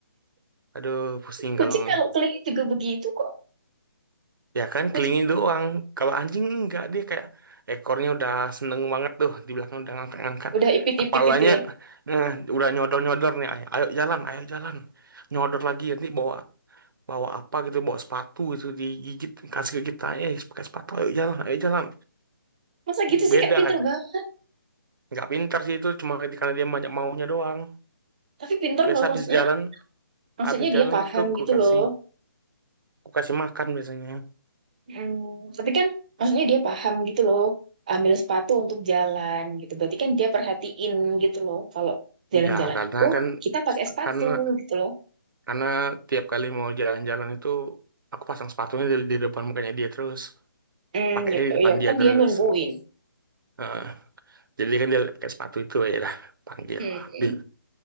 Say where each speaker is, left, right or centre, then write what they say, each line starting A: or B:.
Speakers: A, on the right (about 75°); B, on the right (about 20°).
A: Aduh, pusing
B: Kucing
A: kalau
B: kalau keliling juga begitu kok.
A: ya kan
B: Kucing
A: kelingin doang. Kalau anjing enggak dia kayak ekornya udah seneng banget tuh di belakang udah ngangkat-ngangkat.
B: udah ipit-ipit
A: Kepalanya
B: itu ya.
A: nah, udah nyodor-nyodor nih. Ayo, ayo jalan, ayo jalan. Nyodor lagi nanti bawa bawa apa gitu, bawa sepatu itu digigit kasih ke kita. Eh, pakai sepatu, ayo jalan, ayo jalan.
B: Masa
A: Beda
B: gitu sih Kak, pinter banget.
A: nggak pintar sih itu cuma karena dia banyak maunya doang
B: Tapi pinter
A: biasa
B: loh,
A: habis
B: maksudnya,
A: jalan
B: maksudnya
A: habis
B: dia
A: jalan
B: paham
A: gitu ku
B: gitu
A: kasih
B: loh.
A: ku kasih makan biasanya
B: Hmm, tapi kan maksudnya dia paham gitu loh, ambil sepatu untuk jalan gitu. Berarti kan dia perhatiin gitu loh, kalau jalan-jalan
A: iya karena
B: itu
A: kan
B: kita pakai sepatu
A: karena
B: gitu loh.
A: karena tiap kali mau jalan-jalan itu aku pasang sepatunya di, di depan mukanya dia terus
B: Hmm,
A: pakainya
B: ya,
A: di depan
B: ya
A: dia
B: kan
A: terus
B: dia nungguin.
A: Heeh. jadi kan dia pakai sepatu itu ya lah panggil
B: Hmm.
A: ambil